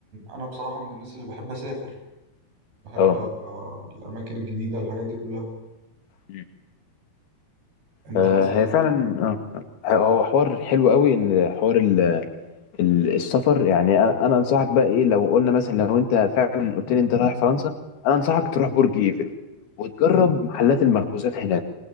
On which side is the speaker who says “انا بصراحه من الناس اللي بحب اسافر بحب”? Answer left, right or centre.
Right